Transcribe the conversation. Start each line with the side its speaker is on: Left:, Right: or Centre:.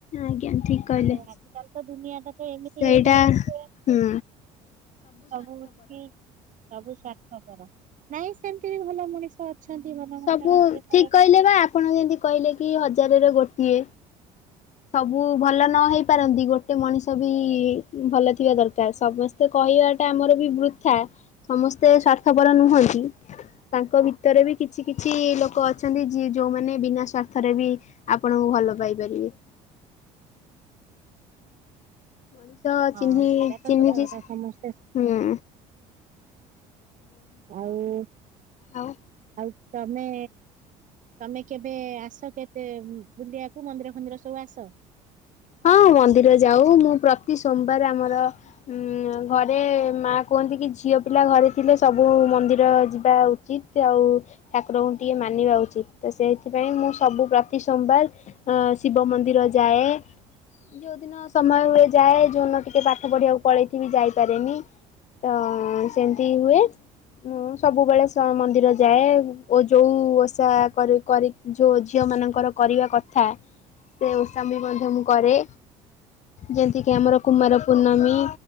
Left: ଆଜ୍ଞା ଠିକ କହିଲେ
Right: ଆଉ ଆଜି କାଲି ତ ଦୁନିଆ ତ ଏମିତି
Left: ସେଇଟା
Right: ହେଇଯାଇଛି
Left: ହୁଁ।
Right: ଯେ ସବୁ କି ସବୁ ସ୍ୱାର୍ଥପର ନାଇଁ ସେମିତି ବି ଭଲ ମୁଣିଷ ଅଛନ୍ତି ଭଲ
Left: ସବୁ
Right: ମଣିଷ ନଥିଲେ କ
Left: ଠିକ କହିଲେ ବା ଆପଣ ଯେମିତି କହିଲେ କି ହଜାରରେ ଗୋଟିଏ। ସବୁ ଭଲ ନ ହେଇ ପାରନ୍ତି ଗୋଟେ ମଣିଷ ବି ଭଲ ଥିବା ଦରକାର ସମସ୍ କହିବା ଟା ଆମର ବି ବୃଥା ସମସ୍ତେ ସ୍ୱାର୍ଥପର ନୁହନ୍ତି। ତାଙ୍କ ଭିତରେ ବି କିଛି କିଛି ଲୋକ ଅଛନ୍ତି ଯିଏ ଯୋଉମାନେ ବିନା ସ୍ଵାର୍ଥରେ ବି ଆପଣଙ୍କୁ ଭଲ ପାଇପାରିବେ। ମଣିଷ
Right: ହଁ
Left: ଚିହ୍ନି
Right: ସେଇଟା ତ
Left: ଚିହ୍ନିଛି
Right: ସତ କଥା
Left: ହୁଁ।
Right: ସମସ୍ତେ ଆଉ
Left: ଆଉ
Right: ଆଉ ତମେ। ତମେ କେବେ ଆସ କେବେ ବୁଲିବାକୁ ମନ୍ଦିର ଫନ୍ଦିର ସବୁ ଆସ।
Left: ହଁ ମନ୍ଦିର ଯାଉ ମୁଁ ପ୍ରତି ସୋମବାର ଆମର। ଉଁ ଘରେ ମା କୁହନ୍ତି କି ଝିଅ ପିଲା ଘରେ ଥିଲେ ସବୁ ମନ୍ଦିର ଯିବା ଉ ଉଚିତ୍ ଆଉ ଠାକୁରଙ୍କୁ ଟିକେ ମାନିବା ଉଚିତ୍ ତ ସେଇଥିପାଇଁ ମୁଁ ସବୁ ପ୍ରତି ସୋମବାର। ଅଁ ଶିବ ମନ୍ଦିର ଯାଏ। ଯୋଉଦିନ ସମୟ ହୁଏ ଯାଏ ଯୋଉଦିନ ଟିକେ ପାଠ ପଢିବାକୁ ପଳେଇଥିବ ବି ଯାଇପାରେନି। ତ ସେମତି ହୁଏ। ମୁଁ ସବୁବେଳେ ସ ମନ୍ଦିର ଯାଏ ଓ ଯୋଉ ଓଷା କରି କରି। ଯୋଉ ଝିଅ ମାନଙ୍କର କରିବା କଥା ସେ ଓଷା ମୁ ମଧ୍ୟ ମୁଁ କରେ। ଯେମତି କି ଆମର କୁମାର ପୂର୍ଣ୍ଣମୀ।